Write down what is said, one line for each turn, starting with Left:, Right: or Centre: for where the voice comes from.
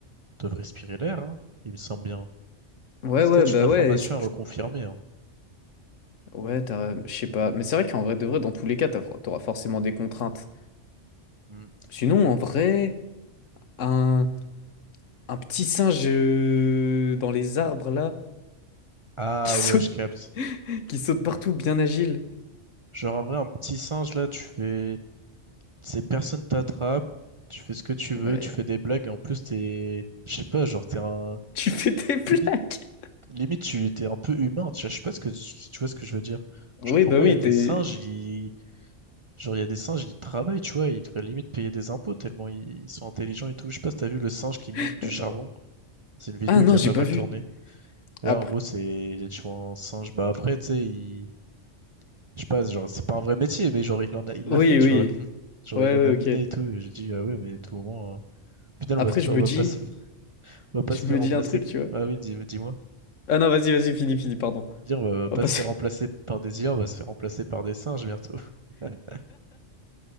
Right: doivent respirer l'air, hein. Il me semble bien.
Left: Ouais,
Right: C'est
Left: ouais,
Right: peut-être
Left: bah
Right: une information
Left: ouais. c'est-
Right: à reconfirmer.
Left: je-
Right: hein.
Left: Ouais, t'as. Je sais pas. Mais c'est vrai qu'en vrai de vrai, dans tous les cas, t'as- t'auras forcément des contraintes.
Right: Hmm.
Left: Sinon, en vrai, un. Un petit singe euh, dans les arbres là,
Right: Ah
Left: qui saute,
Right: ouais, je capte.
Left: qui saute partout, bien agile.
Right: Genre en vrai, un petit singe là, tu fais. Ces personnes t'attrapent, tu fais ce que tu
Left: Ouais.
Right: veux, tu fais des blagues, et en plus t'es. Je sais pas, genre t'es un.
Left: Tu fais tes plaques.
Right: Limite, limite tu t'es un peu humain, tu vois, je sais pas ce que si tu vois ce que je veux dire.
Left: Oui,
Right: Genre pour
Left: bah
Right: moi,
Left: oui,
Right: il y a des
Left: t'es.
Right: singes, ils... genre il y a des singes, ils travaillent, tu vois, ils devraient limite payer des impôts tellement ils, ils sont intelligents et tout. Je sais pas si t'as vu le singe qui mine
Left: <laughs>
Right: du charbon. C'est une vidéo
Left: Ah non,
Right: qui a
Left: j'ai
Right: pas
Left: pas
Right: mal
Left: vu.
Right: tourné. Ouais,
Left: Après.
Right: en gros, c'est tu vois un singe. Bah après, tu sais, il Je sais pas, genre, c'est pas un vrai métier, mais genre, il en a, il
Left: Oui,
Right: l'a fait, tu
Left: oui.
Right: vois. Genre,
Left: Ouais,
Right: il en
Left: ouais,
Right: a miné
Left: ok.
Right: et tout. Et j'ai dit, ah ouais, mais à tout moment, euh, au
Left: Après,
Right: on va, se-
Left: je
Right: on
Left: me
Right: va
Left: dis.
Right: pas, se- on va pas
Left: Je
Right: se
Left: me
Right: faire
Left: dis
Right: remplacer.
Left: un truc, tu vois.
Right: Ah oui, dis, dis-moi.
Left: Ah non, vas-y, vas-y, fini fini pardon.
Right: Dire, on va
Left: Oh,
Right: pas
Left: parce
Right: se faire
Left: que-
Right: remplacer par des IA, on va se faire remplacer par des singes bientôt. <laughs>